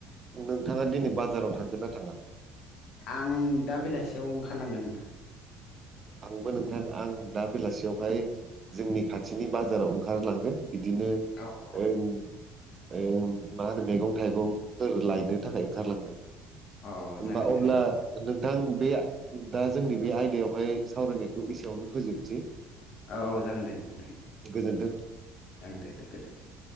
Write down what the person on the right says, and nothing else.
नोंथाङा दिनै बाजाराव थांगोन ना थाङा?
आंबो नोंथां आं दा बेलासियावहाय जोंनि खाथिनि बाजाराव ओंखारलांगोन। बिदिनो
ओं मा होनो मैगं थाइगंफोर लायनो थाखाय ओंखारलांगोन।
हबा
अब्ला
नोंथां बे दा जोंनि बे आयदायाव बेमाय सावरायनायखौ एसेयावनो फोजोबनोसै।
गोजोन्थों